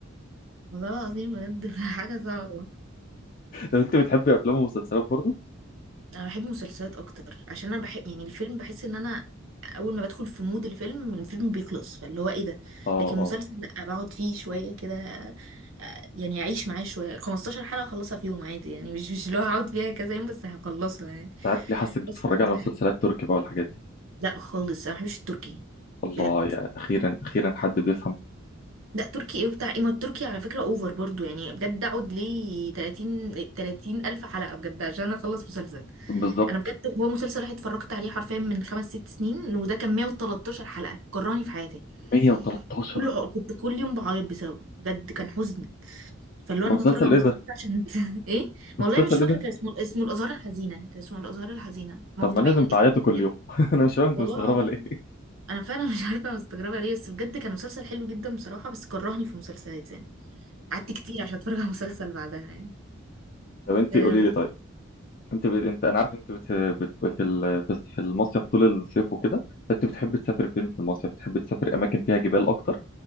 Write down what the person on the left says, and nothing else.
لو <laughs> انت بتحبي افلام ومسلسلات برضو
اه
اه
مش عارف ليه حاسس إنك بتتفرج
على مسلسلات
تركي بقى والحاجات دي
الله
يا اخيرا اخيرا حد بيفهم
بالظبط
113
ده
مسلسل
ايه
ده
<laughs> مسلسل
ايه ده
طب
ما
لازم
تعيطوا
كل
يوم <laughs> انا مش فاهم انت
مستغربه
ليه
طب انت
قولي
لي طيب انت ب... انت انا عارف انت بت... بت... في ال... في في المصيف طول الصيف وكده انت بتحب تسافر فين في المصيف بتحب تسافر اماكن فيها جبال اكتر